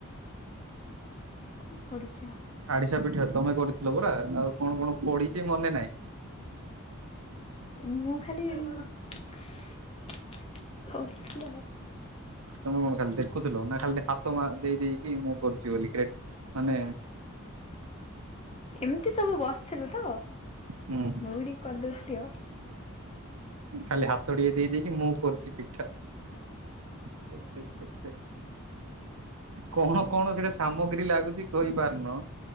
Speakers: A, on the left; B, on the right.
A: କଣ ପଢିଛ?
B: ଆରିସା ପିଠା ତମେ କରିଥିଲ ପରା ଆଉ କଣ କଣ ପଢିଛି ମନେ ନାହିଁ।
A: ମୁଁ ଖାଲି ଉଁ କରଥିଲି ଆଉ।
B: ତମେ କଣ ଖାଲି ଦେଖୁଥିଲ ନା ଖାଲି ହାତ ମା ଦେଇ ଦେଇକି ମୁଁ କରୁଚି ବୋଲି କ୍ରେ ମାନେ
A: ଏମିତି ସବୁ ବସିଥିଲୁ ତ ମୁଁ
B: ହୁଁ।
A: ବି ଟିକେ କରିଦଉଥିଲି ଆଉ।
B: ଖାଲି ହାତ ଟିଏ ଦେଇ ଦେଇକି ମୁଁ କରୁଚି ପିଠା। ଛେ ଛେ ଛେ ଛେ। କଣ କଣ ସେଟା ସାମଗ୍ରୀ ଲାଗୁଚି କହି ପାରୁନ